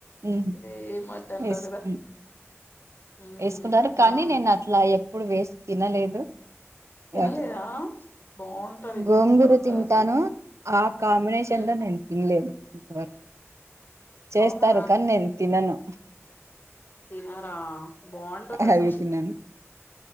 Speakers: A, on the right (about 70°); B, on the left (about 40°).
A: మ్
B: ఈ మటన్
A: ఎస్బి
B: లో కదా ఉమ్
A: వేసుకున్నారు కానీ
B: బాగుంటది
A: నేను అట్లా ఎప్పుడు వేసి తినలేదు.
B: తినలేదా
A: వాటి
B: బావుంటది
A: గోంగూర
B: సూపర్ ఉంటది
A: తింటాను
B: అసలుకి
A: ఆ కాంబినేషన్
B: ఉమ్
A: లో నేను తినలేదు ఉ చేస్తారు
B: అవునా
A: కానీ నేను తినను
B: తినారా బావుంటుంది అసలుకి
A: అవి తినను